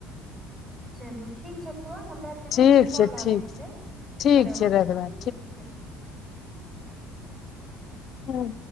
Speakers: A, on the right; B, on the left.
A: चलू ठीक छै पुआ हमरा आर के
B: छै
A: ने एकटा
B: ठीक
A: कॉल
B: छै
A: आबै
B: ठीक
A: छै
B: ठीक
A: करब
B: छै
A: हम
B: रखबै
A: ठीक छै चलू ठीक छै
B: हूँ